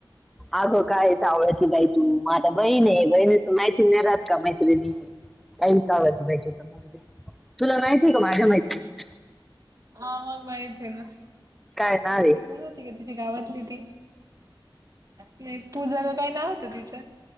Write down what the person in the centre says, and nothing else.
आग काय चावळती बाई तू माग आता बहीण हे बहीणीच माहिती नाही राहत का मैत्रिणी, काही बी चावळती बाई तु त मरू दे. तुला माहितीये का माझ्या मैत्रिणी.
काय नाव हे.